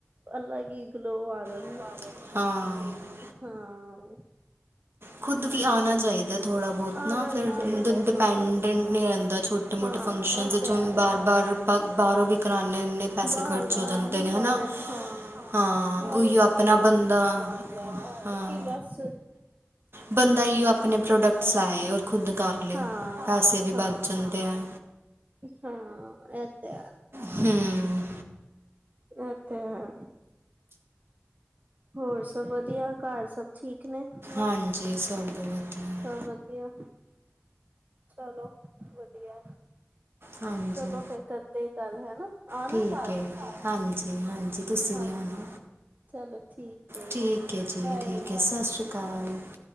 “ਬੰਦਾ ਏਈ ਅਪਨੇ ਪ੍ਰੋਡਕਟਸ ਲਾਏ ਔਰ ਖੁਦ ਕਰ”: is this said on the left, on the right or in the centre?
Right